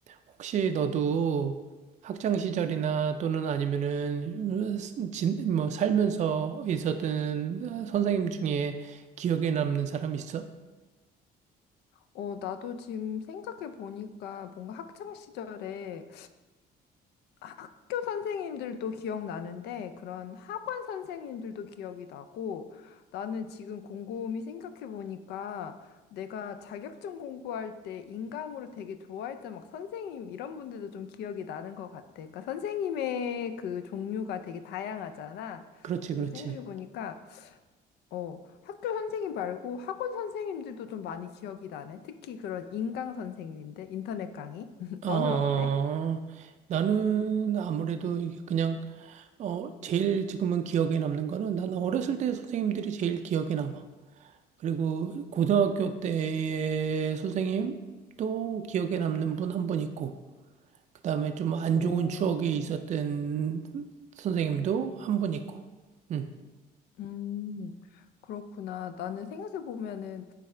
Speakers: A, on the right (about 45°); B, on the left (about 75°).
A: 혹시 너도 학창 시절이나 또는 아니면은 진, 뭐 살면서 있었던 어, 선생님 중에 기억에 남는 사람 있어?
B: 어, 나도 지금 생각해 보니까 뭔가 학창 시절에 학교 선생님들도 기억나는데 그런 학원 선생님들도 기억이 나고 나는 지금 곰곰이 생각해 보니까 내가 자격증 공부할 때 인강으로 되게 좋아했던 막 선생님 이런 분들도 좀 기억이 나는 것 같아. 그러니까 선생님의 그 종류가 되게 다양하잖아.
A: 그렇지,
B: 그래서
A: 그렇지.
B: 생각해 보니까 어, 학교 선생님 말고 학원 선생님들도 좀 많이 기억이 나네. 특히 그런 인강 선생님들, 인터넷 강의. <laughs>
A: 어,
B: 너는 어때?
A: 나는 아무래도 그냥 어, 제일 지금은 기억에 남는 거는 난 어렸을 때 선생님들이 제일 기억에 남아. 그리고 고등학교 때의 선생님 또 기억에 남는 분 한 분 있고. 그다음에 좀 안
B: 오,
A: 좋은 추억이 있었던 선생님도 한 분 있고. 음.
B: 음, 그렇구나. 나는 생각해보면은,